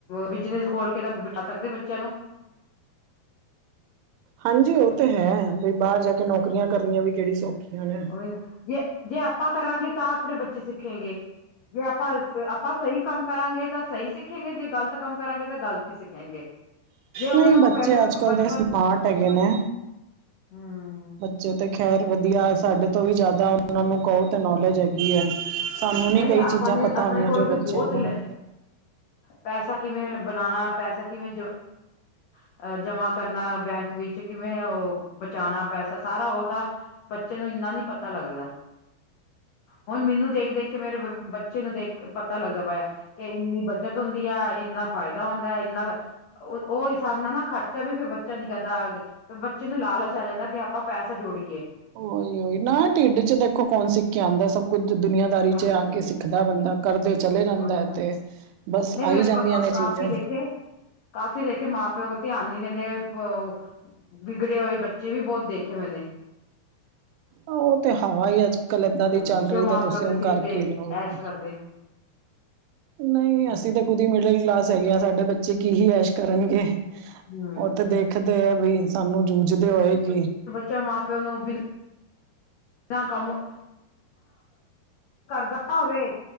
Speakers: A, on the left; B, on the right.
A: ਬਿਜਨਸ ਖੋਲ ਕੇ ਤਾਂ ਬਿਠਾ, ਸਕਦੇ ਬੱਚਿਆਂ ਨੂੰ।
B: ਹਾਂਜੀ ਉਹ ਤੇ ਹੈ, ਬਈ ਬਾਹਰ ਜਾ ਕੇ ਨੌਕਰੀਆਂ
A: ਹੂੰ
B: ਕਰਨੀਆਂ ਵੀ ਕਿਹੜੀ ਸੌਖੀਆਂ ਨੇ।
A: ਉਹੀ ਜੇ, ਜੇ ਆਪਾਂ ਕਰਾਂਗੇ ਤਾਂ ਆਪਣੇ ਬੱਚੇ ਸਿੱਖੇਗੇ ਜੇ ਆਪਾਂ ਆਪਾਂ ਸਹੀ ਕੰਮ ਕਰਾਂਗੇ, ਤਾਂ ਸਹੀ ਸਿੱਖੇਗੇ ਜੇ ਗ਼ਲਤ ਕੰਮ ਕਰਾਂਗੇ ਤਾਂ ਗ਼ਲਤ ਹੀ ਸਿੱਖੇਗੇ। ਜੇ ਉਹਨਾਂ
B: ਨਹੀਂ
A: ਨੂੰ
B: ਬੱਚੇ
A: ਪਹਿਲੇ ਤੋਂ
B: ਅੱਜ-ਕੱਲ੍ਹ
A: ਬਚਪਨ
B: ਦੇ ਸਮਾਰਟ ਹੈਗੇ ਨੇ
A: ਹਮ
B: ਜੇ ਤੇ ਖੈਰ ਵਧੀਆ ਸਾਡੇ ਤੋਂ ਵੀ ਜ਼ਿਆਦਾ ਉਹਨਾਂ ਨੂੰ ਕਹੋ ਨੌਲੇਜ ਹੈਗੀ ਏ, ਸਾਨੂੰ
A: ਨਹੀਂ
B: ਨੀ ਕਈ
A: ਆਪਾਂ
B: ਚੀਜ਼ਾਂ
A: ਨੇ
B: ਪਤਾ
A: ਆਪਣੇ
B: ਹੁੰਦਿਆਂ
A: ਕੋਲ
B: ਜੋ ਬੱਚਿਆਂ
A: ਵੀ ਬਹੁਤ
B: ਨੂੰ
A: ਲੈ ਪੈਸਾ ਕਿਵੇਂ ਬਣਾਉਣਾ ਪੈਸਾ ਕਿਵੇਂ ਅ ਜਮਾ ਕਰਨਾ ਬੈਂਕ ਵਿੱਚ ਕਿਵੇਂ, ਉਹ ਬਚਾਉਣਾ ਪੈਸਾ ਸਾਰਾ ਉਹ ਤਾਂ ਬੱਚੇ ਨੂੰ ਇੰਨਾ ਨੀ ਪਤਾ ਲੱਗਦਾ। ਹੁਣ ਮੈਨੂੰ ਦੇਖ-ਦੇਖ ਕੇ ਮੇਰੇ ਬੱਚੇ ਨੂੰ ਦੇਖ ਪਤਾ ਲੱਗਦਾ, ਪਾਇਆ ਕਿ ਇੰਨੀ ਬੱਚਤ ਹੁੰਦੀ ਆ, ਇੰਨਾ ਫਾਇਦਾ ਹੁੰਦਾ ਇੰਨਾ ਉਹ ਹਿਸਾਬ ਨਾਲ ਨਾ ਖਰਚਾ ਵੀ ਫਿਰ ਬੱਚਾ ਨੀ ਕਰਦਾ ਆ ਤੇ ਬੱਚੇ ਨੂੰ ਲਾਲਚ ਆ ਜਾਂਦਾ, ਕਿ ਆਪਾਂ ਪੈਸਾ ਜੋੜੀਏ।
B: ਉਹੀ ਉਹੀ ਨਾ ਢਿੱਡ ਚ ਦੇਖੋ, ਕੌਣ ਸਿੱਖ ਆਦਾ ਸਭ ਕੁੱਝ ਦੁਨੀਆਂਦਾਰੀ
A: ਹਾਂਜੀ
B: ਚ ਆ ਕੇ ਸਿੱਖਦਾ ਬੰਦਾ। ਕਰਦੇ ਚਲੇ ਜਾਂਦਾ
A: ਉਹੀ
B: ਏ,
A: ਨਾ
B: ਤੇ ਬਸ
A: ਨਹੀਂ ਮੈਂ
B: ਆਈ ਜਾਂਦੀਆਂ ਨੇ ਚੀਜ਼ਾਂ।
A: ਕਾਫ਼ੀ ਦੇਖੇ ਕਾਫ਼ੀ ਦੇਖ ਮਾਂ ਪਿਓ ਧਿਆਨ ਨੀ ਦਿੰਦੇ, ਬ ਔ ਵਿਗੜੇ ਹੋਏ ਬੱਚੇ ਵੀ ਬਹੁਤ ਦੇਖੇ ਮੈਨੇ।
B: ਉਹ ਤੇ ਹਵਾ ਹੀ ਅੱਜ-ਕੱਲ ਏਦਾਂ
A: ਹੂੰ
B: ਦੀ ਚੱਲ
A: ਜੋ
B: ਰਹੀ
A: ਮਾਂ
B: ਤੇ ਤੁਸੀਂ
A: ਪਿਓ ਦੇ
B: ਉਹਨੂੰ
A: ਸਿਰ
B: ਕਰਕੇ
A: ਤੇ
B: ਲਓਗੇ।
A: ਐਸ਼ ਕਰਦੇ
B: ਨਹੀਂ-ਨਹੀ
A: ਹੂੰ
B: ਅਸੀਂ ਤਾਂ ਖੁਦ ਹੀ ਮਿਡਲ ਕਲਾਸ ਹੈਗੇ, ਹਾਂ ਸਾਡੇ ਬੱਚੇ ਕੀ ਹੀ ਐਸ਼ ਕਰਨਗੇ।
A: ਹੂੰ
B: ਉਹ ਤੇ ਦੇਖਦੇ ਆ ਵੀ ਸਾਨੂੰ ਜੂਝਦੇ ਹੋਏ ਕਿ
A: ਚਲ ਮਾਂ ਪਿਓ ਨੂੰ ਬਿ ਨਾ ਕੰਮ ਕਰਦਾ ਨਾ ਹੋਵੇ,